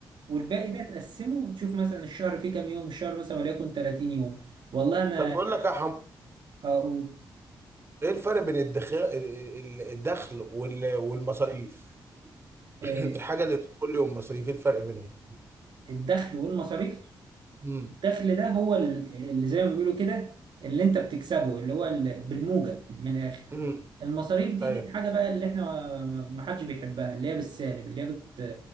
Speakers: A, on the right; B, on the right.
A: والباقي ده تقسمه وتشوف مثلا الشهر فيه كام يوم الشهر مثلا وليكن 30 يوم والله انا
B: طب بقول لك يا حمو
A: آه، و-
B: ايه الفرق بين الدخل الدخل وال- والمصاريف
A: آه،
B: <clears throat> الحاجه اللي بتدخل لي والمصاريف ايه الفرق بينهم
A: الدخل والمصاريف
B: امم
A: الدخل ده هو ال- اللي زي ما بيقولوا كده اللي انت بتكسبه اللي هو ال- بالموجب من الاخر
B: امم
A: المصاريف دي
B: ايوه
A: دي الحاجه بقى اللي احنا ما ما- ما حدش بيحبها اللي هي بالسالب اللي هي بت